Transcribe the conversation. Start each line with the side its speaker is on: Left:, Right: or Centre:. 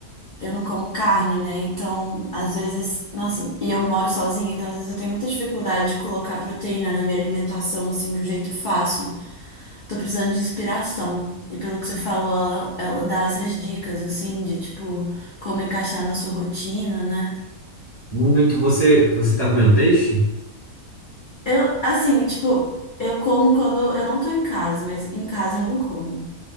Left: eu não como carne, né? Então, às vezes, nossa, e eu moro sozinha, então às vezes eu tenho muita dificuldade de colocar proteína na minha alimentação, assim, de um jeito fácil. Tô precisando de inspiração. E pelo que você falou, ela, ela dá essas dicas, assim, de tipo, como encaixar na sua rotina, né?
Right: Muito. Você, você tá comendo peixe?
Left: Eu, assim, tipo, eu como quando eu não tô em casa, mas em casa eu não como.